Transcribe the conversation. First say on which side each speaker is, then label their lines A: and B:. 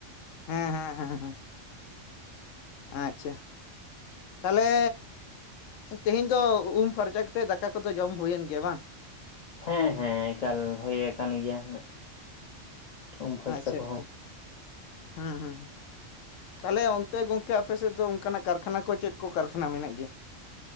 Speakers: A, on the left; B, on the left.
A: ᱦᱮᱸ ᱦᱮᱸ ᱦᱮᱸ ᱦᱮᱸ ᱾ ᱟᱪᱪᱷᱟ ᱾ ᱛᱟᱦᱚᱞᱮ ᱛᱮᱦᱮᱧ ᱫᱚ ᱩᱢ ᱯᱷᱟᱨᱪᱟ ᱠᱟᱛᱮᱫ ᱫᱟᱠᱟ ᱠᱚᱫᱚ ᱡᱚᱢ ᱦᱩᱭᱮᱱ ᱜᱮᱭᱟ ᱵᱟᱝ?
B: ᱦᱮᱸ ᱦᱮᱸ ᱮᱠᱟᱞ ᱦᱩᱭ ᱟᱠᱟᱱ ᱜᱮᱭᱟ᱾ ᱩᱢ ᱯᱷᱟᱨᱪᱟ
A: ᱟᱪᱪᱷᱟ
B: ᱠᱚᱦᱚᱸ
A: ᱮᱛᱩ ᱦᱮᱸ ᱦᱮᱸᱼᱼ ᱛᱟᱦᱚᱞᱮ ᱚᱱᱛᱮ ᱜᱚᱝᱠᱮ ᱟᱯᱮ ᱥᱮᱫ ᱫᱚ, ᱚᱱᱠᱟᱱᱟᱜ ᱠᱟᱨᱠᱷᱟᱱᱟ ᱠᱚ ᱪᱮᱫ ᱠᱚ, ᱠᱟᱨᱠᱷᱟᱱᱟ ᱢᱮᱱᱟᱜ ᱜᱮᱭᱟ?